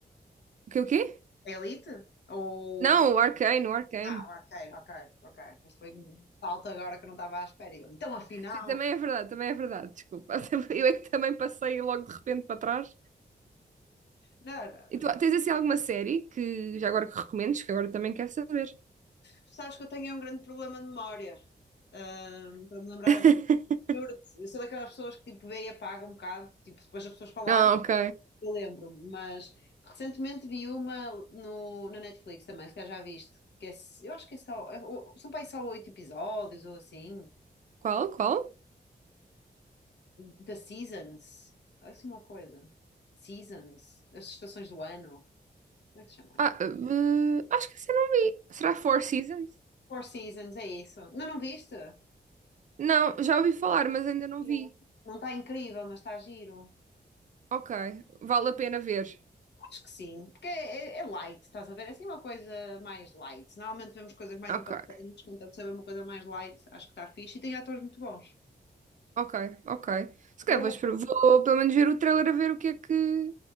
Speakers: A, on the right; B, on the left.
A: O quê, o quê?
B: Elite? Ou.
A: Não,
B: do-
A: o Arcane, o Arcane.
B: Ah, ok, ok, ok. Mas foi um salto agora que eu não estava à espera. E eu, então, afinal.
A: Sim, também é verdade, também é verdade, desculpa. <laughs> Eu é que também passei logo de repente para trás.
B: Não, não,
A: E
B: não.
A: tu tens assim alguma série que já agora que recomendes, que agora também quero saber?
B: Sabes que eu tenho um grande problema de memória. Ahm, para me lembrar
A: <laughs>
B: assim. Juro-te, eu sou daquelas pessoas que tipo vê e apaga um bocado, tipo, depois as pessoas falarem.
A: Não, ok.
B: eu lembro-me, mas recentemente vi uma no, na Netflix também, se calhar já viste, que é, eu acho que é só, é, o- são para aí só oito episódios ou assim,
A: Qual, qual?
B: da Seasons, é assim uma coisa, Seasons, as estações do ano, como é que se chama
A: Ah,
B: aqui?
A: eh, acho que essa eu não vi. Será Four Seasons?
B: Four Seasons, é isso. Não, não viste?
A: Não, já ouvi falar, mas ainda não
B: Giro.
A: vi.
B: Não está incrível, mas está giro.
A: Ok, vale a pena ver.
B: Acho que sim, porque é, é- é light, estás a ver? É assim uma coisa mais light. Normalmente vemos coisas mais
A: Ok,
B: impactantes, contanto saber uma coisa mais light, acho que está fixe e tem atores muito bons.
A: ok, ok. Se calhar
B: E eu
A: vou, esper- vou pelo menos ver o trailer a ver o que é que,